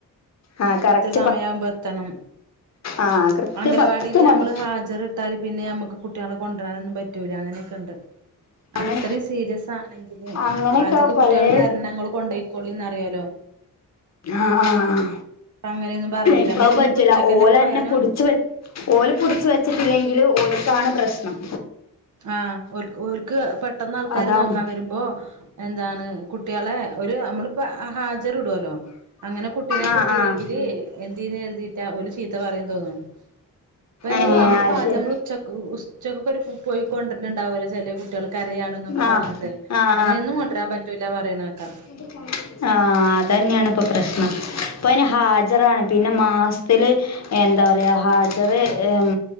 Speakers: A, on the left; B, on the right.
A: ആ കറക്
B: സമയമാകുമ്പോ എത്തണം
A: ആഹ് കൃത്യ
B: അംഗലവാടിയില്
A: പത്ത് മണി
B: നമ്മള് ഹാജറ് ത്താല് പിന്നെ നമ്മുക്ക് കുട്ടികളെ കൊണ്ടുവരാനൊന്നും പറ്റൂല അങ്ങനെയൊക്കെ ഉണ്ട്
A: അങ്ങനെ
B: അത്രയും സീരിയസ് ആണെങ്കില്
A: അങ്ങനെയൊക്കെ
B: ആദ്യക്കെ കുട്ടികൾ
A: പലേ
B: കരഞ്ഞാൽ നിങ്ങള് കൊണ്ടുപോയിക്കോളിന്ന്റിയല്ലോ
A: ആഹ്
B: ഇപ്പ അങ്ങനെയൊന്നും പറയൂല
A: ഇപ്പളത്
B: നമ്മളിപ്പ
A: പറ്റൂല
B: ഇനിപ്പോ ഉച്ചക്കന്നെ
A: ഓല്
B: പോയാലും
A: തന്നെ പൊടിച്ചു വലി ഓല് പുടിച്ച് വെച്ചിട്ടില്ലെങ്കില് ഓല്ക്കാണ് പ്രശ്നം
B: ആഹ് ഒൾ ഒൾക്ക് പെട്ടെന്ന് ആൾക്കാര്
A: അതാണ്
B: നോക്കാൻ വരുമ്പോ എന്താണ് കുട്ടികളെ ഒരു നമ്മളിപ്പോ ഹാജർ ഇടുവല്ലോ അങ്ങനെ കുട്ടിയെ
A: ആഹ്
B: കിട്ടിയില്ലെങ്കില്
A: ആഹ്
B: എന്തിന്ന് എഴുതിറ്റാ ഒരു ചീത്ത പറയൂന്ന് തോന്നുന്നു ഇപ്പൊ നമ്മള്
A: ഏഹ്
B: നമ്മള്
A: അത്
B: പാചകം
A: ശരി
B: നമ്മൾ ഉച്ചക്ക് ഉച്ചക്കെരു ഫു പോയി കൊണ്ടിട്ടുണ്ടാവോലോ ചെലെ കുട്ടികൾ കരയാണ്ന്നൊക്കെ
A: ആഹ്
B: പറഞ്ഞിട്ട്
A: ആഹ്
B: അങ്ങനെയൊന്നും കൊണ്ടുവരാൻ പറ്റൂല പറയന്ന കേകാം
A: ഇത് ഫോൺ ആഹ് അത് തന്നെയാണ് ഇപ്പൊ പ്രശ്നം ഇപ്പൊ അയിന് ഹാജറാണ് പിന്നെ മാ സത്തില് എന്താ പറയുക ഹാജറ് എം